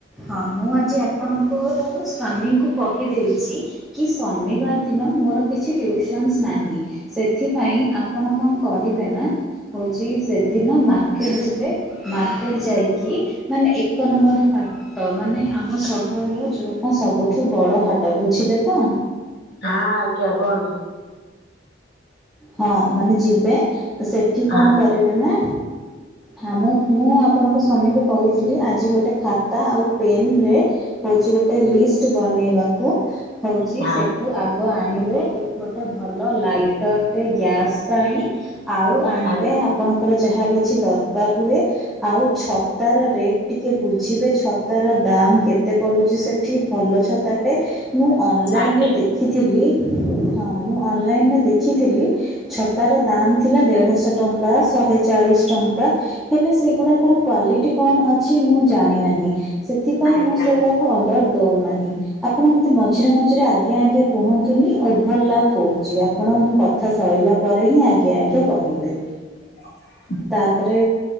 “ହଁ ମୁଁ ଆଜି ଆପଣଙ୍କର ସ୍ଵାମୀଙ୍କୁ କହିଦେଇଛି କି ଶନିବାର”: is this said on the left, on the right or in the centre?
Centre